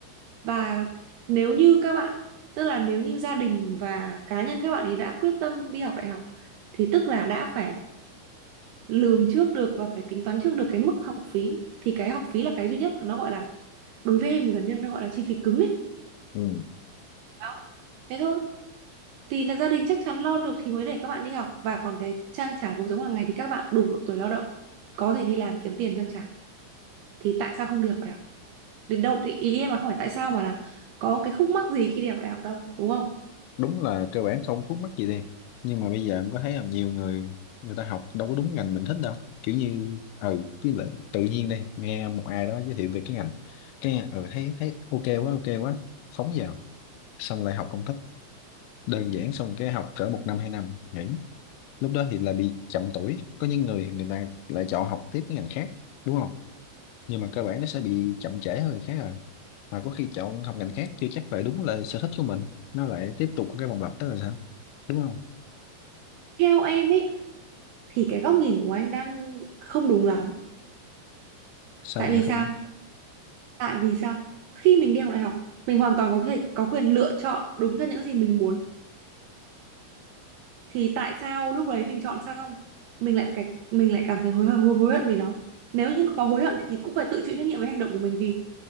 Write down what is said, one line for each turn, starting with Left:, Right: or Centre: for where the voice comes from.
Right: và nếu như các bạn tức là nếu như gia đình và cá nhân các bạn ấy đã quyết tâm đi học đại học thì tức là đã phải lường trước được và phải tính toán trước được cái mức học phí thì cái học phí là cái duy nhất nó gọi là đối với em thì gần như nó gọi là chi phí cứng ấy
Left: ừ.
Right: đó thế thôi thì là gia đình chắc chắn lo được thì mới để các bạn đi học và còn cái trang trải cuộc sống hàng ngày thì các bạn đủ độ tuổi lao động có thể đi làm kiếm tiền trang trải thì tại sao không đi học đại học đến đâu thì ý em là không phải tại sao mà là có cái khúc mắc gì khi đi học đại học đâu đúng không
Left: đúng là cơ bản không khuất mắc gì đi nhưng mà bây giờ em có thấy là nhiều người người ta học đâu có đúng ngành mình thích đâu kiểu như ừ cứ là tự nhiên đây nghe một ai đó giới thiệu về cái ngành cái nghe, ừ thấy thấy ok quá ok quá phóng vào xong lại học không thích đơn giản xong cái học cỡ một năm hai năm nghỉ lúc đó thì lại bị chậm tuổi có những người thì người ta lại chọn học tiếp cái ngành khác đúng không nhưng mà cơ bản nó sẽ bị chậm trễ hơn người khác rồi mà có khi chọn học ngành khác chưa chắc lại đúng là sở thích của mình nó lại tiếp tục cái vòng lặp đó là sao đúng không
Right: theo em ấy thì cái góc nhìn của anh đang không đúng lắm
Left: sao
Right: tại vì
Left: lại
Right: sao
Left: không
Right: tại vì sao khi mình đi học đại học mình hoàn toàn có thể có quyền lựa chọn đúng theo những gì mình muốn thì tại sao lúc đấy mình chọn xong mình lại phải mình lại cảm thấy hối hối hối hận vì nó nếu như có hối hận thì cũng phải tự chịu trách nhiệm với hành động của mình vì